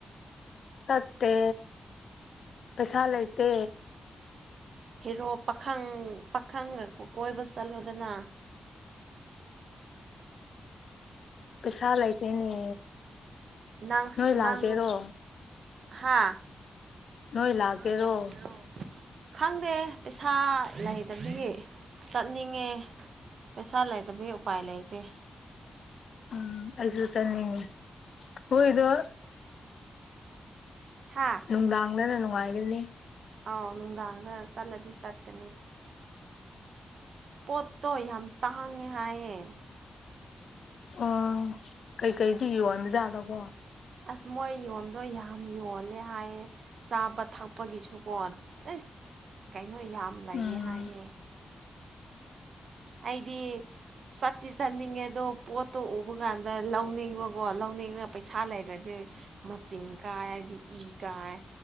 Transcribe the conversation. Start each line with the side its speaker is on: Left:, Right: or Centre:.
Left: ꯆꯠꯠꯇꯦ ꯀꯩꯁꯂꯥꯏꯇ
Right: ꯍꯦꯔꯣ ꯄꯥꯈꯪ ꯄꯥꯈꯪꯒ ꯀꯣꯏꯕ ꯆꯠꯂꯣꯗꯅ
Left: ꯄꯩꯁꯥ ꯂꯩꯇꯦꯅꯦ
Right: ꯅꯪ
Left: ꯅꯣꯏ ꯂꯥꯛꯀꯦꯔꯣ
Right: ꯅꯪ ꯍꯥꯥ
Left: ꯅꯣꯏ ꯂꯥꯛꯀꯦꯔꯣ
Right: ꯂꯂꯣ ꯈꯪꯗꯦ ꯄꯩꯁꯥ ꯂꯩꯗꯗꯤ ꯆꯠꯅꯤꯡꯉꯦ ꯄꯩꯁꯥ ꯂꯩꯇꯕꯒꯤ ꯎꯄꯥꯏ ꯂꯩꯇꯦ
Left: ꯎꯝ ꯑꯩꯁꯨ ꯆꯠꯅꯤꯡꯉꯤ ꯍꯣꯏꯗꯣ
Right: ꯍꯥꯥ
Left: ꯂꯥꯡꯗꯅꯅꯅꯨꯡꯉꯥꯏꯒꯅꯤ
Right: ꯑꯧ ꯅꯨꯡꯗꯥꯡꯗ ꯆꯠꯂꯗꯤ ꯆꯠꯀꯅꯤ ꯄꯣꯠꯇꯣ ꯌꯥꯝ ꯇꯥꯡꯉꯦ ꯍꯥꯏꯌꯦ
Left: ꯑꯣ ꯀꯩꯀꯩꯗꯤ ꯌꯣꯟꯕꯖꯥꯠꯂꯕꯣ
Right: ꯑꯁ ꯃꯣꯏ ꯌꯣꯟꯗꯣ ꯌꯥꯝ ꯌꯣꯜꯂꯦ ꯍꯥꯏꯌꯦ ꯆꯥꯕ ꯊꯛꯄꯒꯤꯁꯨꯀꯣ ꯑꯁ ꯀꯩꯅꯣ ꯌꯥꯝ ꯂꯩꯌꯦ
Left: ꯎꯝ
Right: ꯍꯥꯏꯌꯦ ꯑꯩꯗꯤ ꯆꯠꯇꯤ ꯆꯠꯅꯤꯡꯉꯦ ꯑꯗꯣ ꯄꯣꯠꯇꯣ ꯎꯕ ꯀꯥꯟꯗ ꯂꯧꯅꯤꯡꯕꯀꯣ ꯂꯧꯅꯤꯡꯉꯒ ꯄꯩꯁꯥ ꯂꯩꯔꯗꯤ ꯃꯆꯤꯟ ꯀꯥꯏ ꯍꯥꯏꯕꯗꯤ ꯏ ꯀꯥꯏ